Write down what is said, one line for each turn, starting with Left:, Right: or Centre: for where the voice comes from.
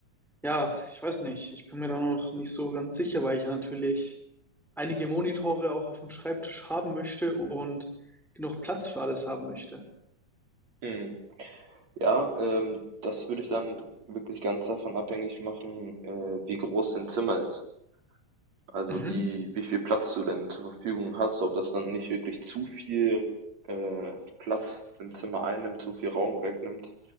Centre: ja, ich weiß nicht, ich bin mir da noch nicht so ganz sicher, weil ich ja natürlich einige Monitore auch auf dem Schreibtisch haben möchte und genug Platz für alles haben möchte.
Right: Hm. Ja, ähm, das würde ich dann wirklich ganz davon abhängig machen, äh, wie groß dein Zimmer ist. Also
Centre: Mhm.
Right: wie, wie viel Platz du denn zur Verfügung hast, ob das dann nicht wirklich zu viel äh, Platz im Zimmer einnimmt, zu viel Raum wegnimmt.